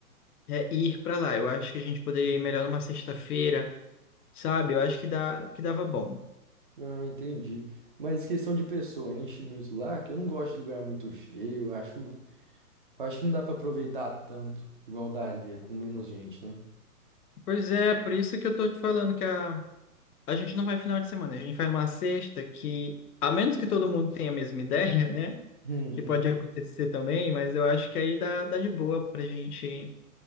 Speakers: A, on the left; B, on the right.
A: é, ir pra lá. Eu acho que a gente poderia ir melhor numa sexta-feira, sabe? Eu acho que dá, que dava bom.
B: Ah, entendi. Mas questão de pessoa, enche muito lá, que eu não gosto de lugar muito cheio. eu Acho, eu acho que não dá pra aproveitar tanto, igual daria, com menos gente, né?
A: Pois é, por isso que eu tô te falando que a, a gente não vai final de semana, a gente vai numa sexta que, a menos que todo mundo tenha a mesma <laughs> ideia, né?
B: Uhum.
A: Que pode acontecer também, mas eu acho que aí dá, dá de boa pra gente.